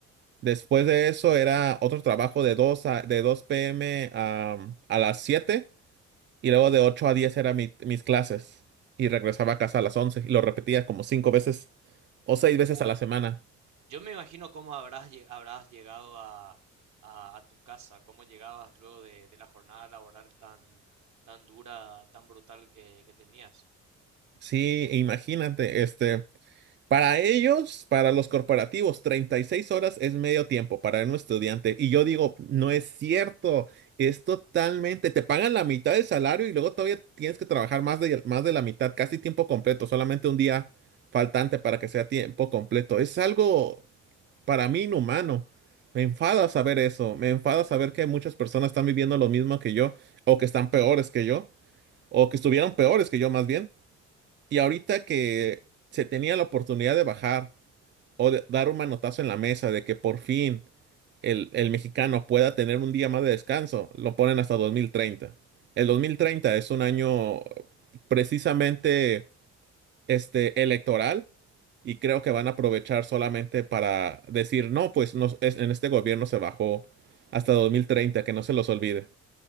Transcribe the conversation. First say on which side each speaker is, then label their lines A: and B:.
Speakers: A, on the right; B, on the right.
A: Después de eso era otro trabajo de dos a, de 2 p.m. a, a las 7 y luego de 8 a 10 eran mis clases y regresaba a casa a las 11 y lo repetía como cinco veces o seis veces
B: Uy,
A: a la semana.
B: Yo me imagino cómo habrás lle- habrás llegado a, a- a tu casa, cómo llegabas luego de, de la jornada laboral tan tan dura, tan brutal que que tenías.
A: Sí, imagínate, este, Para ellos, para los corporativos, 36 horas es medio tiempo para un estudiante. Y yo digo, no es cierto, es totalmente, te pagan la mitad del salario y luego todavía tienes que trabajar más de, más de la mitad, casi tiempo completo, solamente un día faltante para que sea tiempo completo. Es algo para mí inhumano. Me enfada saber eso, me enfada saber que muchas personas están viviendo lo mismo que yo, o que están peores que yo, o que estuvieron peores que yo más bien. Y ahorita que se tenía la oportunidad de bajar o de- dar un manotazo en la mesa de que por fin el, el mexicano pueda tener un día más de descanso, lo ponen hasta 2030. El 2030 es un año precisamente este, electoral y creo que van a aprovechar solamente para decir, no, pues nos- es- en este gobierno se bajó hasta 2030, que no se los olvide.